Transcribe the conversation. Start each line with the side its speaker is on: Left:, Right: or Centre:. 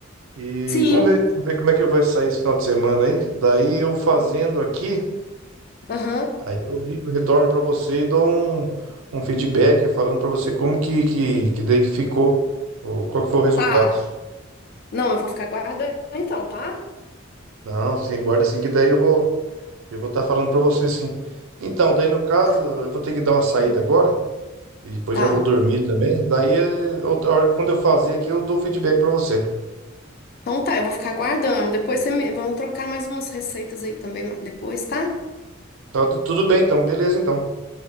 Right: E
Left: Sim.
Right: vamos ver, vamos ver como é que vai sair esse final de semana aí. Daí eu fazendo aqui.
Left: Aham.
Right: Aí eu ligo, retorno para você e dou um, um feedback falando para você como que, que, que daí que ficou, ou qual que foi o resultado.
Left: Tá. Não, eu vou ficar guardando então, tá?
Right: Não, sim, guarda sim, que daí eu vou eu vou estar falando para você sim. Então, daí no caso,
Left: Tá.
Right: eu vou ter que dar uma saída
Left: Hum.
Right: agora e depois
Left: Tá.
Right: já vou dormir também. Daí eh, outra hora, quando eu fazer aqui, eu dou o feedback para você.
Left: Então tá, eu vou ficar guardando. Depois você me... vamos trocar mais umas receitas aí também ma- depois, tá?
Right: Tá, tu- tudo bem então, beleza então.